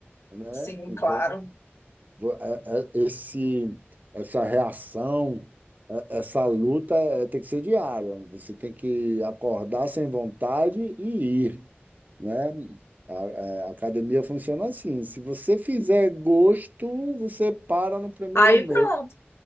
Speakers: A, on the right; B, on the left.
A: né?
B: Sim,
A: Então,
B: claro.
A: vo- é- é- Esse, essa reação, é- essa luta é, tem que ser diária. Você tem que acordar sem vontade e ir, né? A, é, a academia funciona assim. Se você fizer gosto, você para no primeiro
B: Aí
A: mês,
B: pronto.